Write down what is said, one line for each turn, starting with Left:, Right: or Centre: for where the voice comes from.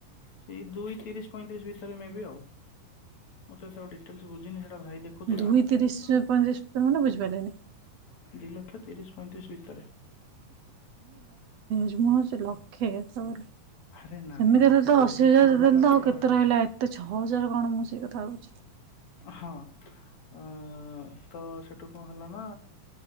Left: ସେଇ ଦୁଇ ତିରିଶ ପଇଁତିରିଶ ଭିତରେ ମେବି ଆଉ ମୁଁ ତ ଏତେ ଆଉ ଡିଟେଲ ବୁଝିନି ସେଟା ଭାଇ ଦେଖୁଥିଲା
Right: ଦୁଇ ତିରିଶ
Left: କିନ୍ତୁ
Right: ପଇଁତିରିଶ ଭିତର ମାନେ ବୁଝିପାରିଲନି
Left: ଦି ଲକ୍ଷ ତିରିଶ ପଇଁତିରିଶ ଭିତରେ
Right: ମ ଭାବୁଚି ଲକ୍ଷେ ସେମିତି
Left: ଆରେ ନାଇଁ
Right: ହେଲେ ତ
Left: ବୁଲେଟ
Right: ଅଶି ହଜାର
Left: ଥୋଡି ନା
Right: ଦେଲେ
Left: ଲକ୍ଷେ
Right: ତ ଆଉ
Left: ଟଙ୍କା
Right: କେତେ ରହିଲା ଏତେ ଛଅ ହଜାର କଣ ମୁଁ ସେଇ କଥା କଥାଉଚି
Left: ହଁ ଆ ତ ସେଇଠୁ କଣ ହେଲା ନା